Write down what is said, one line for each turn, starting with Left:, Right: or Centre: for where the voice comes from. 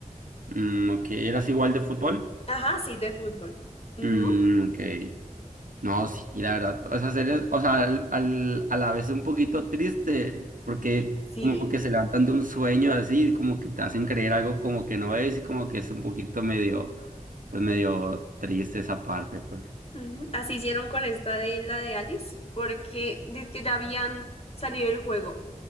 Right: Mm, ok, ¿eras igual de fútbol?
Left: Ajá, sí, de fútbol. Ujú.
Right: Mm, ok. No, sí, la verdad, esa serie, o sea, al, al- a la vez un poquito triste, porque
Left: Sí,
Right: como que se levantan de un sueño así, como que te hacen creer algo como que no es, y como que es un poquito medio, pues medio triste esa parte, pues.
Left: Ujú, Así hicieron con esta de la de Alice, porque dice que ya habían salido el juego.